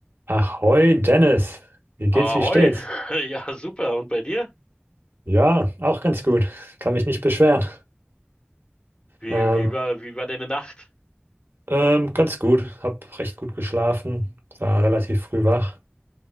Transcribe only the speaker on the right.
Ahoi Dennis, wie
geht's, wie steht's?
Ja, auch ganz gut. Kann mich nicht beschweren.
Ähm,
ähm, ganz gut. Hab recht gut geschlafen, war relativ früh wach